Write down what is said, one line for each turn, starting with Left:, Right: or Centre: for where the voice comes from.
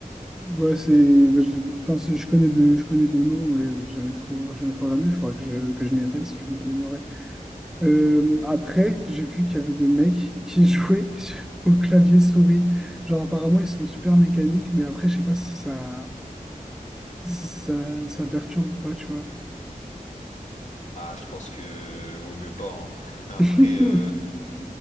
Centre: Ouais, c'est, bah, je, enfin, c'est- je connais deux, je connais deux noms, mais jamais trop, jamais trop regardé. Il faudra que je, que je m'y attelle si je veux m'améliorer. Euh, après, j'ai vu qu'il y avait des mecs qui jouaient <laughs> au clavier souris. Genre, apparemment, ils sont super mécaniques, mais après, je sais pas si ça, si ça, ça perturbe ou pas, tu vois.
Left: Ah, je pense que vaut mieux pas. hein. <laughs> Après,
Centre: <laughs>
Left: euh,